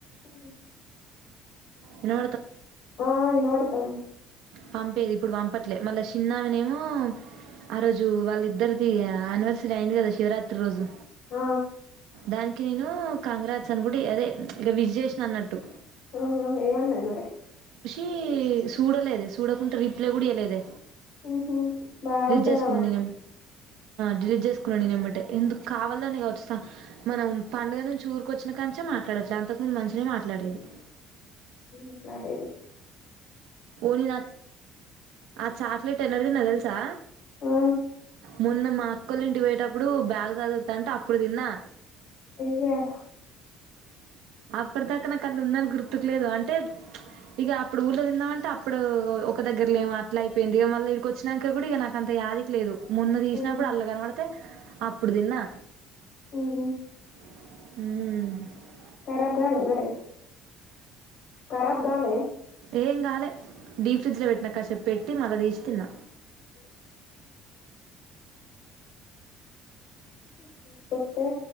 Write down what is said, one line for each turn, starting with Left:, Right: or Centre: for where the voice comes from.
Left: అ
Right: ఇడు
Left: ఆ ఇను వాడతను
Right: పంపేది ఇప్పుడు పంపట్లే మళ్ళా చిన్నామనే ఏమో ఆ రోజు వాళ్ళిద్దరిది అనివర్సరీ అయింది కదా శివరాత్రి రోజు
Left: ఆ
Right: దానికి నేను కాంగ్రాజస్ అనుకు అదే ఇక విజేషన్ అన్నట్టు
Left: ఆహా ఏమన్నాయి మరి
Right: ఇ చూడలేదు చూడకుండా రిప్లై కూడా ఇయలేదదు
Left: ఉహ బాగుంటందా
Right: చేసుకున్నా
Left: మాకు
Right: నేనేం డిలీట్ చేసుకున్నాను నేనుమ్మటే ఎందుకు కావాలోని కావచ్చు స మనం పండుగ నుంచి ఊరిక వచ్చినా కానించే మాట్లాడట్లే అంతకుముందు మంచిననే మాట్లాడేది
Left: ఉట్లాడేది
Right: ని నా ఆ చాక్లేెట్ ఎన్నడు తిన్న తెల్సా
Left: ఆ
Right: మొన్న మా అక్కోల్ ఇంటికి పోయేటప్పుడు బ్యాగ్ సర్దుతంటే అంటే అప్పుడు తిన్నా
Left: అయ్యా
Right: ఇప్పటి దాకా నాకు అన్ ఉందని గుర్తుకు లేదు అంటే ప్చ్ ఇగ అప్పుడు ఊళ్ళో తింద మంటే అప్పుడు ఒక దగ్గర్లేమో అట్లా అయిపోయింది ఇక మళ్ళ ఇక్కడికి వచ్చినాక కూడా ఇక నాకు అంత యాదికి లేదు మొన్న తీసినప్పుడు
Left: ఉమ్
Right: అల్లా కనపడితే అప్పుడు తిన్నా
Left: ఓహో
Right: హుమ్
Left: కరాబ్ గాలే మరి కరాబ్ గాలే
Right: ఏం కాలే డీ ఫ్రిడ్జ్ లో పెట్న కాసేపు పెట్టీ మల్ల దిస్ తిన్నా
Left: అవు ఉహ పోతే